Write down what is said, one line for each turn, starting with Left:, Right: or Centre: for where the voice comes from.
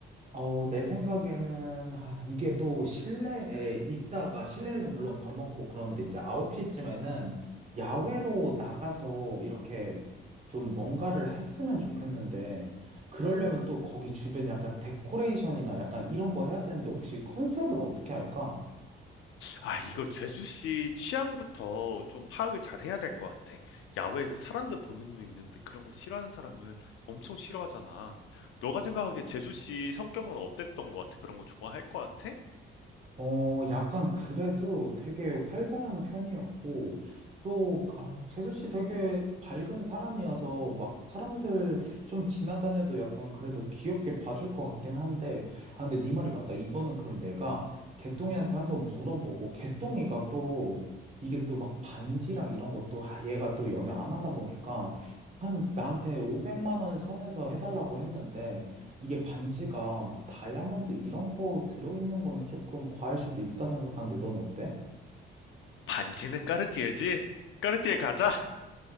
Right: 어, 내 생각에는, 아, 이게 또 실내에 있다가, 실내에서 물론 밥 먹고 그런데 이제 9시쯤에는 야외로 나가서 이렇게 좀 뭔가를 했으면 좋겠는데, 그러려면 또 거기 주변 약간 데코레이션이나 약간 이런 거 해야 되는데, 혹시 컨셉을 어떻게 할까?
Left: 아 이거 죄수 씨 취향부터 좀 파악을 잘해야 될 것 같아. 야외에서 사람들 보는 눈 있는데 그런 거 싫어하는 사람은 엄청 싫어하잖아. 너가 생각하기에 죄수 씨 성격은 어땠던 것 같아? 그런 거 좋아할 것 같아?
Right: 어, 약간 그래도 되게 활발한 편이었고, 또, 어, 재수 씨 되게 밝은 사람이어서 막 사람들 좀 지나다녀도 약간 그래도 귀엽게 봐줄 것 같긴 한데, 아, 근데 네 말이 맞다. 이거는 그럼 내가 개똥이한테 한번 물어보고, 개똥이가 또 이게 또 막 반지랑 이런 것도, 아, 얘가 또 연애 안 하다 보니까 한 나한테 500만 원 선에서 해달라고 했는데, 이게 반지가 막 다이아몬드 이런 거 들어있는 거는 조금 과할 수도 있다 생각하는데 넌 어때?
Left: 반지는 까르띠에지? 까르띠에 가자.